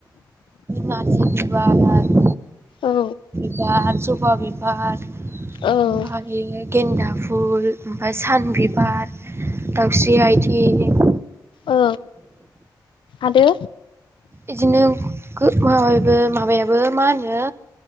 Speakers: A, on the right (about 30°); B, on the left (about 75°).
A: नारजि बिबार आरो
B: औ।
A: बिबार जबा, बिबार ओमफाय
B: औ
A: गेन्दा फुल ओमफाय सान बिबार, दाउस्रि आइथिं
B: औ आरो
A: इदिनो माबेबो माबायाबो मा होनो